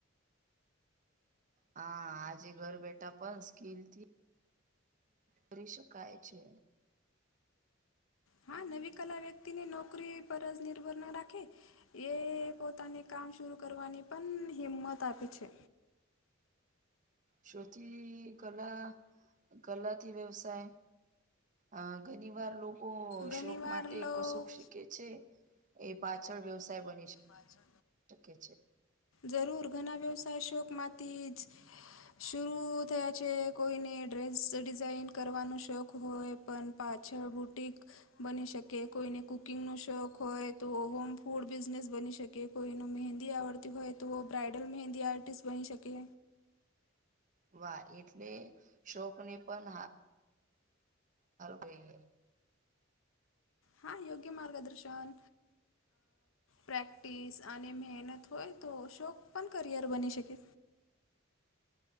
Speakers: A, on the right; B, on the left.
A: હા આજે ઘર બેઠા પણ સ્કીલ થી કરી શકાાય છે
B: હા નવી કલા વ્યક્તિની નોકરી પર જ નિર્ભર ના રાખે એ પોતાની કામ શર કરવાની પણ હિંમત આપી છે
A: શોતી કલા ગલાથી વ્યવસાય અ ઘણી વાર લોકો
B: ઘણી
A: શોક
B: વાર
A: માટેશું
B: લોક
A: શ કે છે એ પાછળ વ્યવસાય બની છે
B: પાચન
A: શકે છે
B: જરૂર ઘણા વ્યવસાય શોકમાંથી જ શર થયા છે કોઈને ડ્રેસ ડિઝાઇન કરવાનો શોખ હોય પણ પાછળ બુટિક બની શકે કોઈને કુકિંગ નો શોખ હોય તો હોમ ફૂડ બિઝનેસ બની શકે કોઈનું મહેંદી આવડતી હોય તો બ્રાઇડલ મહેંદી આર્ટિસ્ટ બની શકે
A: વાહ એટલે શોક ને પણ ગઈ
B: હા યોગ્ય માર્ગદર્શન પ્રેક્ટિસ અને મહેનત હોય તો શોક પણ કરિયર બની શકે